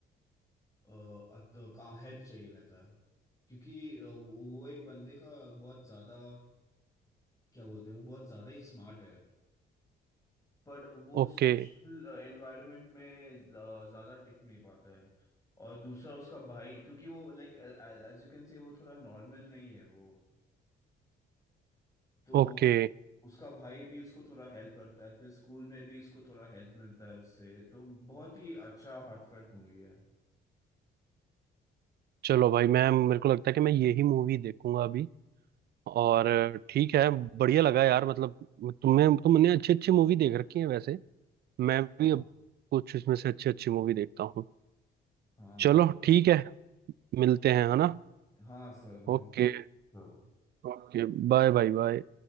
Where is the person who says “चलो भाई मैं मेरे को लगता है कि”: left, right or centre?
Right